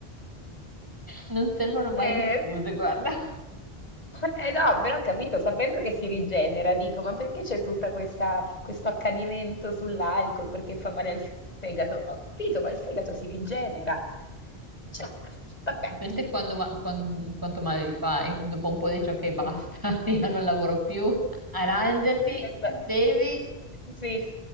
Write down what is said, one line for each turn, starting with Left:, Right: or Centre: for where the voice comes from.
Right: Non servono mai
Left: Eh,
Right: le scuse, guarda.
Left: eh eh, no, però ho capito, sapendo che si rigenera, dico, ma perché c'è tutta questa, questo accanimento sull'alcol, perché fa male al fegato? Ho capito, ma il fegato si rigenera. Cioè,
Right: Beh,
Left: vabbè.
Right: dipende quando ma- quan- quanto male li fai. Dopo un po' dici ok, basta,
Left: Mm.
Right: <laughs> io non lavoro più. Arrangiati,
Left: Questa-
Right: devi.
Left: Sì,